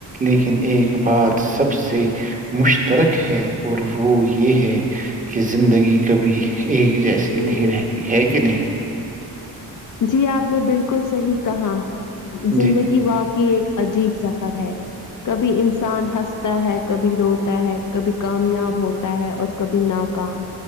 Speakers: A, on the right; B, on the left.
A: لیکن ایک بات سب سے مشترک ہے اور وہ یہ ہے کہ زندگی کبھی ایک جیسی
B: بالکل
A: نہیں رہتی ہے کہ نہیں
B: جی آپ نے بالکل صحیح کہا زندگی
A: جی
B: واقعی ایک عجیب سفر ہے کبھی انسان ہنستا ہے کبھی روتا ہے کبھی کامیاب ہوتا ہے اور کبھی ناکام